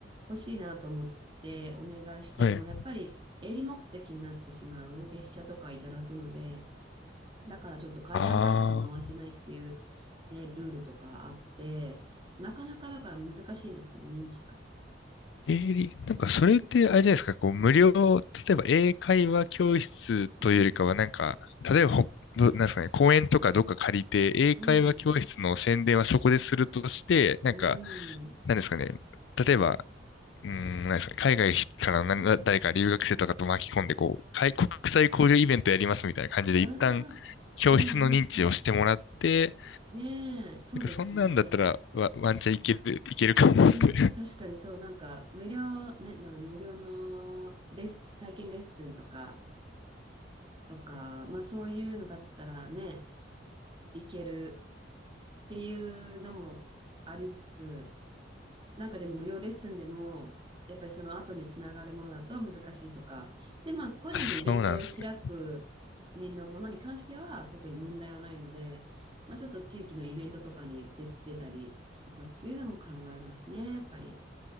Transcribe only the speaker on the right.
ほしいなと思ってお願いしても、
やっぱり営利目的になってしまう月謝とかいただくので、だからちょっと回覧板とか回せないっていう
ね、ルールとかあって、なかなかだから難しいんですよね、認知が。
うん。
うん。
うん。
あ
あ、
うんうんうん。ねえ、そうですね。
うん、確かにそう、なんか無料、ね、なんか無料のレッス、体験レッスンとか、とか、まあそういうのだったらね、いけるっていうのもありつつ、なんかでも無料レッスンでも、やっぱりその後につながるものだと難しいとか、で、まあ、
個人でイベントを開く人のものに関しては特に問題はないので、
まあ、ちょっと地域のイベントとかに出、出たりとかっていうのも考えますね、やっぱり。